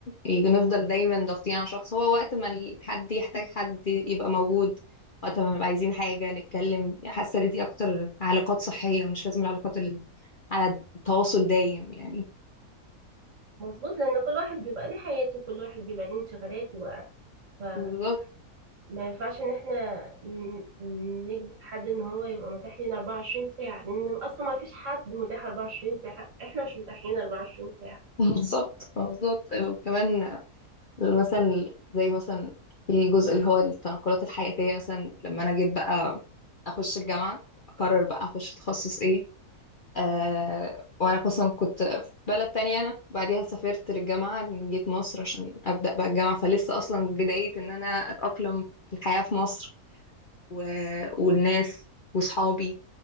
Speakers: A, on the left; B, on the right.
A: يج- نفضل دايما ضاغطين على شخص هو وقت ما ال- حد يحتاج حد يبقى موجود وقت ما نبقى عايزين حاجة نتكلم حاسة ان دي اكتر علاقات صحية مش لازم العلاقات اللي على تواصل دايم يعني
B: مظبوط لان كل واحد بيبقى ليه حياته وكل واحد بيبقى ليه انشغالاته فما
A: بالظبط
B: ينفعش ان احنا ن- نجبر حد ان هو يبقى متاح لينا 24 ساعة لان اصلا ما فيش حد متاح 24 ساعة احنا مش متاحين 24 ساعة
A: بالظبط بالظبط وكمان مثلا زي مثلا في جزء اللي هو التنقلات الحياتية مثلا لما انا جيت بقى اخش الجامعة اقرر بقى اخش تخصص ايه آه وانا اصلا كنت في بلد تانية انا بعديها سافرت للجامعة جيت مصر عشان ابدا بقى الجامعة فلسه اصلا بداية ان انا اتاقلم في الحياة في مصر و... والناس واصحابي